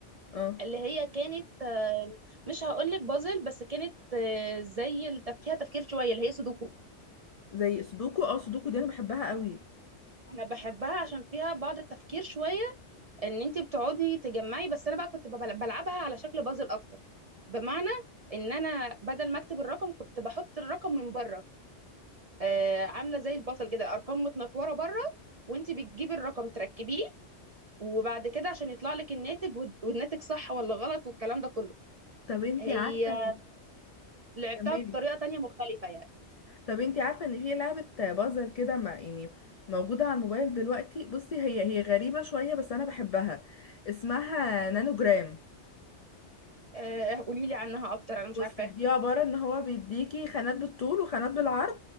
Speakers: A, on the left; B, on the right.
A: اه
B: اللي هي كانت آه مش هقولك بازل بس كانت آه زي التف... فيها تفكير شويه اللي هي سودوكو
A: زي سودوكو اه سودوكو دي انا بحبها قوي
B: انا بحبها عشان فيها بعض التفكير شويه ان انت بتقعدي تجمعي بس انا بقى كنت ببل- بلعبها على شكل بازل اكتر بمعنى ان انا بدل ما اكتب الرقم كنت بحط الرقم من بره آه، عامله زي البصل كده ارقام متنطوره بره وانت بتجيبي الرقم تركبيه وبعد كده عشان يطلع لك الناتج وال- والناتج صح ولا غلط والكلام ده كله
A: طب انتي
B: هي
A: عارفه
B: لعبتها
A: كملي
B: بطريقه تانية مختلفه يعني
A: طب انتي عارفة ان في لعبة بازل كده ما يعني موجودة على الموبايل دلوقتي بصي هي هي غريبة شوية بس انا بحبها اسمها نانوجرام
B: آه، قولي لي عنها اكتر انا مش
A: بصي
B: عارفاها
A: دي عبارة ان هو بيديكي خانات بالطول وخانات بالعرض